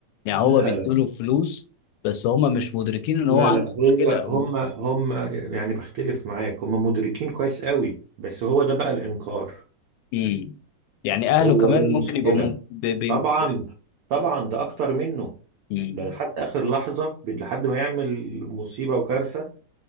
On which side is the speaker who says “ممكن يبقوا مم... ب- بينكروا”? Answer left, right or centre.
Left